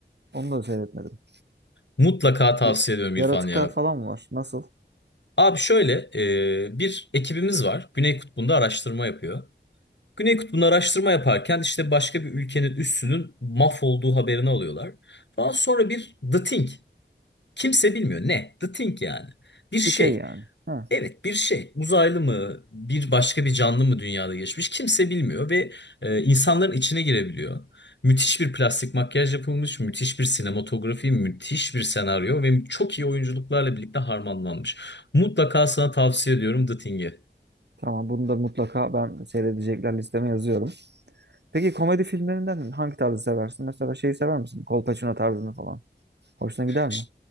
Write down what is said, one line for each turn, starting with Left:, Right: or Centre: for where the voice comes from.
Right: Onu da seyretmedim.
Left: Mutlaka tavsiye
Right: Bir-
Left: ediyorum İrfan
Right: Yaratıklar
Left: ya.
Right: falan mı var? Nasıl?
Left: Abi şöyle e, bir ekibimiz var. Güney Kutbu'nda araştırma yapıyor. Güney Kutbu'nda araştırma yaparken işte başka bir ülkenin üssünün mahvolduğu haberini alıyorlar. Daha sonra bir The Thing. Kimse bilmiyor ne? The Thing yani. Bir şey.
Right: Bir şey yani. Ha,
Left: Evet bir şey uzaylı mı bir başka bir canlı mı dünyada geçmiş kimse bilmiyor ve e, insanların içine girebiliyor. Müthiş bir plastik makyaj yapılmış, müthiş bir sinematografi, müthiş bir senaryo ve çok iyi oyunculuklarla birlikte harmanlanmış. Mutlaka sana tavsiye ediyorum The Thing'i.
Right: tamam bunu da mutlaka ben seyredecekler listeme yazıyorum. Peki komedi filmlerinden hangi tarzı seversin? Mesela şeyi sever misin? Kolpaçino tarzını falan. Hoşuna gider
Left: Ş-
Right: mi?